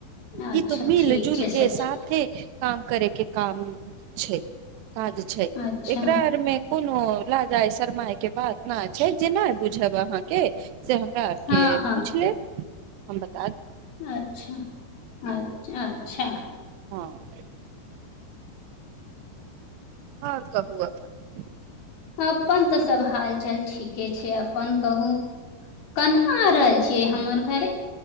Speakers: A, on the left (about 65°); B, on the right (about 90°).
A: अच्छा
B: ई तो मिल
A: ठीक
B: जुल
A: छै
B: के
A: सखी
B: साथे काम करैके काम छै काज छै
A: अच्छा
B: एकरा आर में कोनो लाजा शरमााय के बात न छै जे नहि बुझब अहाँके से हमरा आपके
A: हँ हँ
B: पूछ लेब हमबत
A: अच्छा अ अच्छा
B: हँ <inaudible> आओर सब कहू
A: अपन तऽ सब हाल चाल ठीके छै अपन कहू कहना आ रहल छियै हमर घर